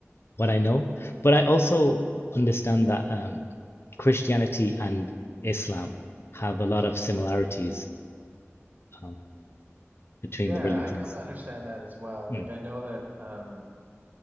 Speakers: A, on the left; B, on the right.
A: what I know. But I also understand that um, Christianity and Islam have a lot of similarities um, between
B: Yeah,
A: the religions.
B: I come to understand that as well.
A: Mm,
B: Like I know that um